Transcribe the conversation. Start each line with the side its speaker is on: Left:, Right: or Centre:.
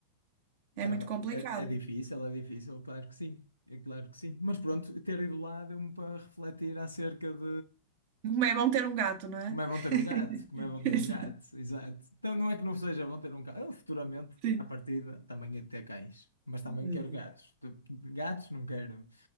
Right: é
Left: Tama-
Right: muito complicado.
Left: é, é difícil, é difícil, claro que sim, é claro que sim. Mas pronto, ter ido lá deu-me para refletir acerca de,
Right: Como é bom ter um gato, não é?
Left: Como é vão ter
Right: <laughs>
Left: um gato? Como é vão ter
Right: Exato.
Left: um gato? Exato. Então não é que não seja vão ter um gato. Eu futuramente,
Right: Sim.
Left: à partida, também hei ter cães. Mas também
Right: Hum.
Left: quero gatos. De- de- Gatos não quero.